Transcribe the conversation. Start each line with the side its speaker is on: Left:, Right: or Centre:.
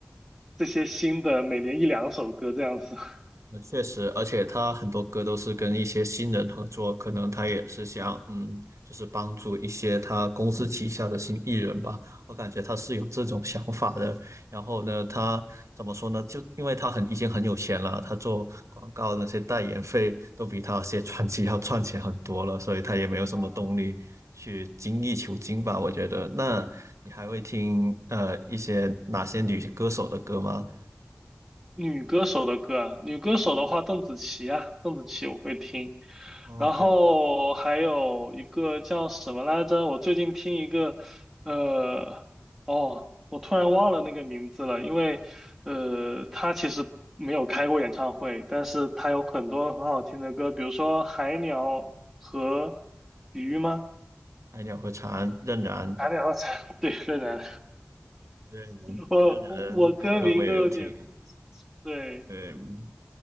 Centre: 这些新的每年一两首歌这样子。<laughs>
Right: 那确实，而且他很多歌都是跟一些新人合作，可能他也是想，嗯，就是帮助一些他公司旗下的新艺人吧。我感觉他是有这种想法的。然后呢，他怎么说呢？就因为他很已经很有钱了，他做广告那些代言费都比他写专辑要赚钱很多了，所以他也没有什么动力去精益求精吧。
Centre: 嗯，
Right: 我觉得，那你还会听呃一些哪些女歌手的歌吗？
Centre: 女歌手的歌啊，女歌手的话，邓紫棋啊，邓紫棋我会听，
Right: 哦，
Centre: 然后还有一个叫什么来着？
Right: 对，
Centre: 我最近听一个，呃，哦，我突然忘了那个名字了，因为，呃，他其实没有开过演唱会，但是他有很多很好听的歌，比如说《海鸟和鱼》吗？
Right: 《爱鸟和蝉》、《任然》
Centre: 海鸟和蝉，<laughs> 对，越南，
Right: 对，
Centre: 我我我歌名都有点，
Right: 这人的歌我也有听，
Centre: 对，
Right: 对，嗯